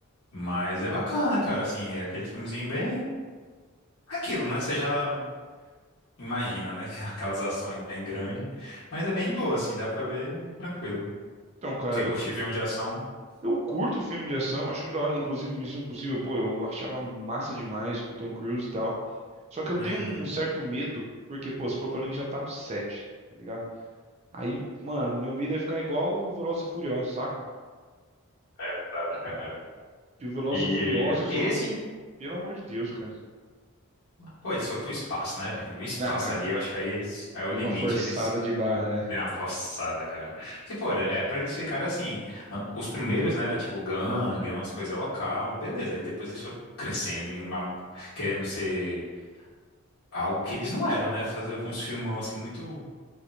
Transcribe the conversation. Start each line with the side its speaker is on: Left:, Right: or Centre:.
Left: mas é bacana, cara, assim, é aquele filmezinho bem aquilo, né, que você já imagina, né, <laughs> que é aquelas ações bem grandes, mas é bem de boa, assim, dá pra ver tranquilo.
Right: Então, cara,
Left: Se
Right: eu,
Left: curtir filme de ação,
Right: eu curto filme de ação, acho muito da hora. Inclusive, Missão Impossível, pô, eu achava massa demais com o Tom Cruise e tal. Só que eu tenho
Left: uhum.
Right: um certo medo, porque, pô, você falou pra mim que já tá no 7, tá ligado? Aí, mano, meu medo é ficar igual o Velozes e Furiosos, saca?
Left: É, exato, cara.
Right: Que o Velozes
Left: E
Right: e Furiosos
Left: esse,
Right: hoje, pelo amor de Deus, cara.
Left: pô, eles foram pro espaço, né, velho? O espaço
Right: Ah, é.
Left: ali, eu acho que aí eles, é o
Right: Deu
Left: limite,
Right: uma forçada
Left: eles
Right: de barra, né?
Left: deram uma forçada, cara. Porque, pô, é pra eles ficarem assim, ah, os primeiros, né, era tipo gangue, umas coisas local, beleza, aí depois eles foram crescendo e uma, querendo ser algo que eles não eram, né? Fazer uns filmão assim, muito.